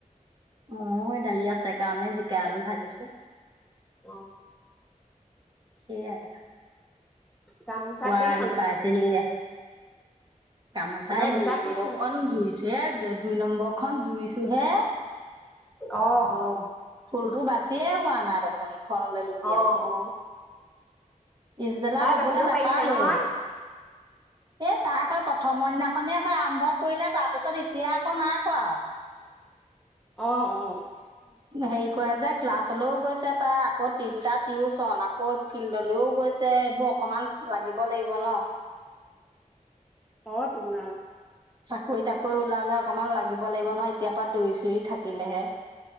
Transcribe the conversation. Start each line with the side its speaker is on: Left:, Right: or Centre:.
Right: ময়ো দালি আছে কাৰণে জিকা আলু ভাজিছো।
Centre: অ
Right: সেইয়াই।
Centre: গামোচা
Right: খোৱা
Centre: কেইখন
Right: আহি পাইছেহিহে
Centre: আছে
Right: গামোচাই
Centre: গামোচা
Right: দুই নম্বৰখন
Centre: কেইখন আছে
Right: ধুইছোয়ে দুই নম্বৰ খন। জুইছো হে।
Centre: আহ আহ
Right: ফুলতো বাচিয়ে হোৱা নাই দেখোন। খলৈ লুটিয়াবলে।
Centre: অ অ
Right: পিছবেলা
Centre: তাই
Right: ববলে
Centre: বাচিব
Right: নাপালোয়ে।
Centre: পাৰিছে নহয়
Right: এই তাই হয় প্ৰথমৰ দিনাখনে হয় আৰম্ভ কৰিলে তাৰ পিছত এতিয়া আকৌ নাই কোৱা।
Centre: অ অ
Right: হেৰি কৰে যে ক্লাছলৈও গৈছে তাই। আকৌ তিনটা টিউচন আকৌ ফিল্ডলৈও, গৈছে এইবোৰ অকমান লাগিব লাগিব ন,
Centre: অ তোন‌ আও।
Right: চাকৰি তাকৰি ওলালে অকমান লাগিব লাগিব নহয় এতিয়াৰ পৰা দৌৰি চৰি থাকিলেহে।